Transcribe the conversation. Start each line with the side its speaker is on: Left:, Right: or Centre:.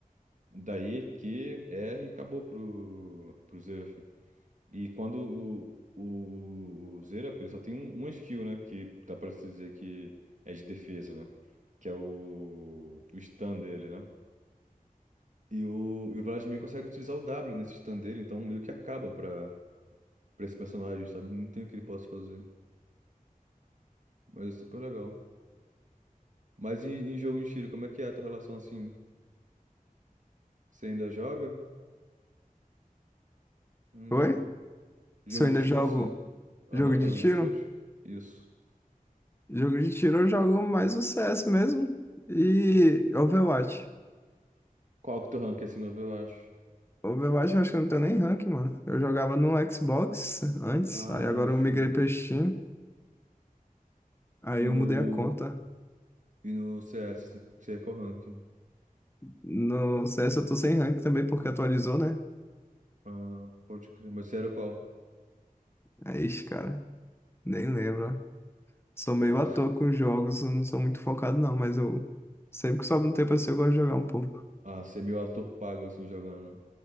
Right: Daí, Q, R, e acabou pro, pro Seraph. E quando o, o, o Xerath, ele só tem um, um skill, né? Que dá pra se dizer que é de defesa, né? Que é o, o stun dele, né? E o, e o Vladimir consegue utilizar o W nesse stun dele, então meio que acaba pra, pra esse personagem, sabe? Não tem o que ele possa fazer. Mas é super legal. Mas em, em jogo de tiro, como é que é a tua relação assim? Você ainda joga? Hum,
Left: Oi?
Right: jogo
Left: Se eu ainda
Right: de tiro
Left: jogo
Right: assim. Aham,
Left: jogo de
Right: jogo
Left: tiro?
Right: de tiro? Isso.
Left: Jogo de tiro eu jogo mais o CS mesmo e Overwatch.
Right: Qual que é o teu rank assim, novo, eu acho?
Left: Overwatch eu acho que eu não tenho nem rank, mano. Eu jogava no Xbox antes,
Right: Ah,
Left: aí agora
Right: show.
Left: eu migrei pra Steam, aí
Right: E
Left: eu
Right: no.
Left: mudei a conta.
Right: E no CS, você você é qual rank?
Left: No CS eu tô sem rank também, porque atualizou, né?
Right: Ah, pode crer. Mas você era qual?
Left: É isso, cara. Nem lembro. ó. Sou meio
Right: Ah,
Left: à
Right: <laughs>
Left: toa com jogos, eu não sou muito focado, não, mas eu. Sempre que sobra um tempo assim, eu gosto de jogar um pouco.
Right: ah, você é meio ator pago, assim, jogando.